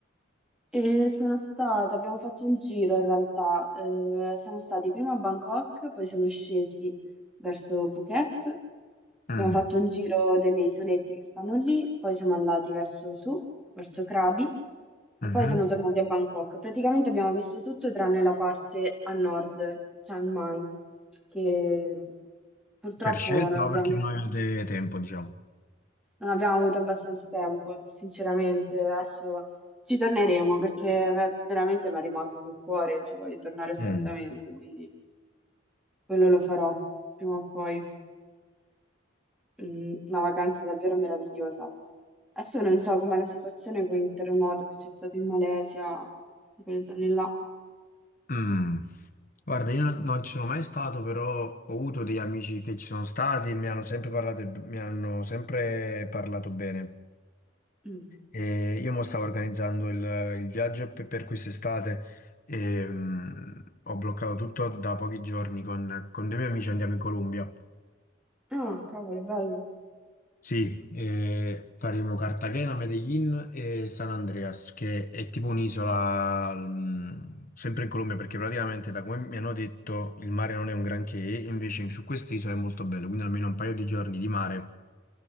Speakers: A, in the centre; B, on the left (about 45°).
A: Eh, sono stata, abbiamo fatto un giro in realtà, Eh, siamo stati prima a Bangkok, poi siamo scesi verso Phuket,
B: Mm.
A: abbiamo fatto un giro delle isolette che stanno lì, poi siamo andati verso su, verso Krabi e
B: Mhm.
A: poi siamo tornati a Bangkok. Praticamente abbiamo visto tutto tranne la parte a nord, Chiang Mai, che purtroppo
B: Per scelta
A: non abbiamo
B: o perché non avevate tempo, diciamo?
A: non abbiamo avuto abbastanza tempo, sinceramente. Adesso ci torneremo perché ve- veramente mi è rimasta sul cuore, ci voglio tornare assolutamente,
B: Mm.
A: quindi quello lo farò prima o poi. Mm, Una vacanza davvero meravigliosa. Adesso non so com'è la situazione con il terremoto che c'è stato in Malesia, in quelle zone là.
B: Mm. Guarda, io non non ci sono mai stato, però ho avuto degli amici che ci sono stati, mi hanno sempre parlato, mi hanno sempre parlato bene.
A: Mm.
B: E io mo stavo organizzando il, il viaggio per, per quest'estate e mm, ho bloccato tutto da pochi giorni con, con dei miei amici andiamo in Colombia.
A: Ah, cavolo, bello.
B: Sì, eh, faremo Cartagena, Medellin e San Andreas, che è tipo un'isola, mm, sempre in Colombia, perché praticamente da come mi hanno detto il mare non è un granché, invece su quest'isola è molto bello, quindi almeno un paio di giorni di mare